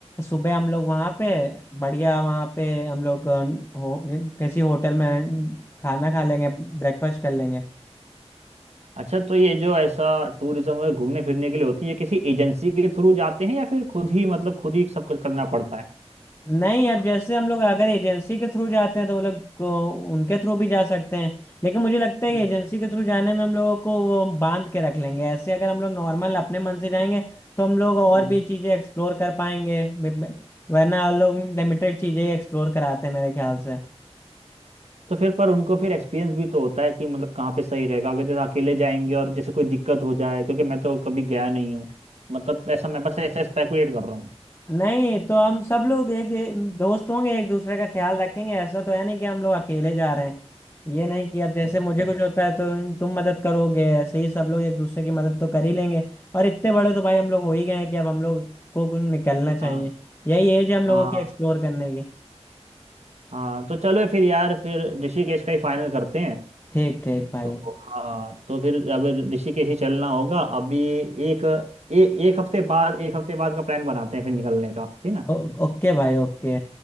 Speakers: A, on the left; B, on the right.
A: सुबह हम लोग वहाँ पे बढ़िया वहाँ पे हम लोग अ, हो, किसी होटल में खाना खा लेंगे ब्रेकफास्ट कर लेंगे
B: अच्छा तो ये जो ऐसा टूरिज्म में घूमने फिरने के लिए होती है ये किसी एजेंसी के थ्रू जाते हैं या फिर खुद ही मतलब खुद ही सब कुछ करना पड़ता है
A: नहीं अब जैसे हम लोग अगर एजेंसी के थ्रू जाते हैं तो वो लोग को उनके थ्रू भी जा सकते हैं लेकिन मुझे लगता है
B: हम्म,
A: कि एजेंसी के थ्रू जाने में हम लोगों को वो बांध के रख लेंगे ऐसे अगर हम लोग नॉर्मल अपने मन से जाएंगे तो हम लोग और
B: हम्म।
A: भी चीज़ें एक्सप्लोर कर पाएंगे ब- ब- वरना हम लोग लिमिटेड चीज़ें ही एक्सप्लोर कराते हैं मेरे ख्याल से
B: तो फिर पर उनको फिर एक्सपीरियंस भी तो होता है कि मतलब कहाँ पे सही रहेगा अगर जैसे अकेले जाएंगे और जैसे कोई दिक्कत हो जाए क्योंकि मैं तो कभी गया नहीं हूँ मतलब ऐसा मैं बस ऐसा स्पेकुलेट कर रहा हूँ
A: नहीं तो हम सब लोग एक, एक दोस्त होंगे एक दूसरे का ख्याल रखेंगे ऐसा तो है नहीं कि हम लोग अकेले जा रहे हैं ये नहीं कि अब जैसे
B: अच्छा
A: मुझे कुछ होता है तो तुम मदद करोगे ऐसे ही सब लोग एक दूसरे की मदद तो कर ही लेंगे और इतने बड़े तो भाई हम लोग हो ही गए हैं कि अब हम लोग को कुछ निकलना चाहिए
B: हाँ
A: यही एज है हम लोगों
B: हाँ
A: की एक्सप्लोर करने की
B: हाँ तो चलो फिर यार फिर ऋषिकेश का ही फाइनल करते हैं
A: ठीक ठीक भाई
B: तो हाँ तो फिर अब ऋषिकेश ही चलना होगा अभी एक ए, एक हफ्ते बाद एक हफ्ते बाद का प्लान बनाते हैं फिर निकलने का ठीक ना
A: ओ, ओके भाई ओके